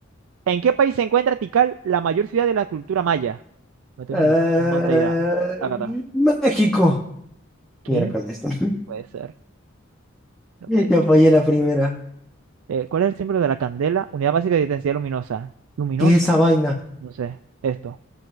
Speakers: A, on the right; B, in the centre.
A: ¿En qué país se encuentra Tikal, la mayor ciudad de la cultura maya? No tengo
B: Eh,
A: ni la más remota idea. Acá está.
B: México.
A: ¿Qué?
B: Miércoles. <laughs>
A: No puede ser. No
B: Ya
A: puede ser.
B: fallé la primera.
A: Eh, ¿cuál es el símbolo de la candela? Unidad básica de intensidad luminosa. Luminosa.
B: ¿Qué es esa vaina?
A: No sé. Esto.